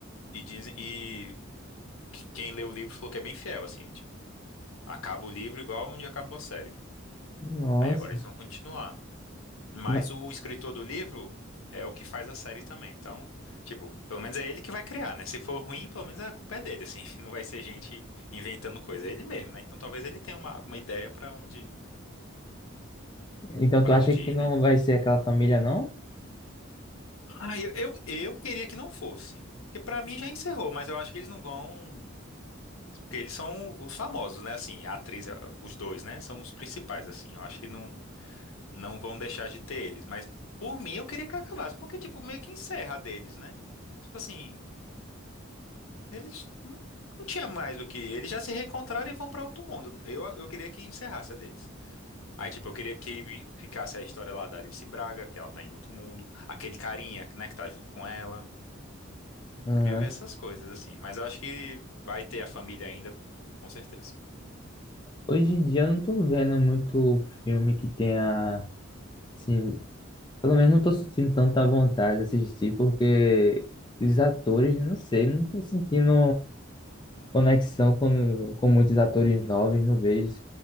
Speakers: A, on the left (about 80°); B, on the left (about 20°).
A: e dizem e que- quem leu o livro falou que é bem fiel, assim, tipo, acaba o livro igual onde acabou a série.
B: Nossa.
A: Aí agora eles vão continuar. Mas
B: Ma-
A: o escritor do livro é o que faz a série também. Então, tipo, pelo menos é ele que vai criar, né? Se for ruim, pelo menos a culpa é dele, assim, <laughs> não vai ser gente inventando coisa, é ele mesmo, né? Então talvez ele tenha uma, alguma ideia pra onde
B: Então
A: para
B: tu acha
A: onde
B: que
A: ir,
B: não
A: né?
B: vai ser aquela família, não?
A: Ah, eu, eu, eu queria que não fosse. Que pra mim já encerrou, mas eu acho que eles não vão Porque eles são os famosos, né? Assim, a atriz, a- os dois, né? São os principais, assim. Eu acho que não, não vão deixar de ter eles. Mas, por mim, eu queria que acabasse. Porque, tipo, meio que encerra a deles, né? Tipo assim, eles não não tinha mais o que. Eles já se reencontraram e vão pra outro mundo. Eu, eu queria que encerrasse a deles. Aí, tipo, eu queria que vi- ficasse a história lá da Alice Braga, que ela tá em outro mundo. Aquele carinha, né, que tá junto com ela.
B: Aham.
A: Eu queria ver essas coisas, assim. Mas eu acho que vai ter a família ainda, com certeza.
B: Hoje em dia eu não tô vendo muito filme que tenha. assim, Pelo menos não tô sentindo tanta vontade de assistir, porque os atores, não sei, não tô sentindo conexão com, com muitos atores novos, não vejo.